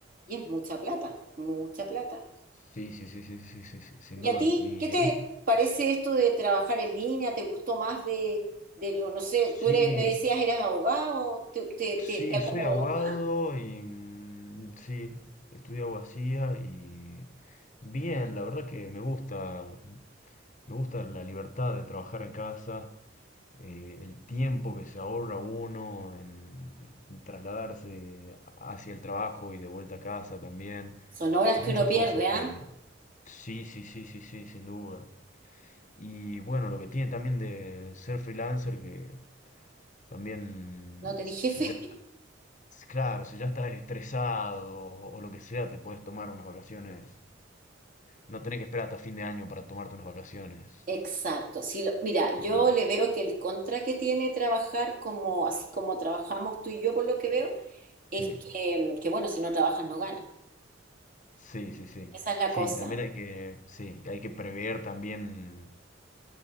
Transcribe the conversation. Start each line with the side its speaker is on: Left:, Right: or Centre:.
Right: Y es mucha plata, mucha plata.
Left: sí, sí, sí, sí, sí, sí, sí, sí, sí, sin
Right: ¿Y
Left: duda,
Right: a ti
Left: mi,
Right: qué te
Left: bueno,
Right: parece esto de trabajar en línea? ¿Te gustó más de, de no, no sé,
Left: sí,
Right: tú eres, me decías eres abogado, te, te,
Left: Sí,
Right: te, te acomodó
Left: soy abogado
Right: más?
Left: y mm, sí, estudié abogacía y bien, la verdad que me gusta, me gusta la libertad de trabajar en casa, eh, el tiempo que se ahorra uno en trasladarse hacia el trabajo y de vuelta a casa también,
Right: Son horas
Left: muchas
Right: que uno pierde,
Left: cosas
Right: ¿ah?
Left: que sí, sí, sí, sí, sí, sin duda. Y bueno, lo que tiene también de ser freelancer que también
Right: ¿No tenés
Left: si
Right: jefe?
Left: ya Claro, si ya estás estresado o, o lo que sea, te puedes tomar unas vacaciones. No tenés que esperar hasta fin de año para tomarte unas vacaciones.
Right: Exacto. Sí, lo- mira,
Left: Sí,
Right: yo le veo que el contra que tiene trabajar como así como trabajamos tú y yo, por lo que veo, es
Left: sí,
Right: que, que, bueno, si no trabajas no ganas.
Left: sí, sí, sí.
Right: Esa es la
Left: Sí,
Right: cosa.
Left: también hay que, sí, hay que prever también,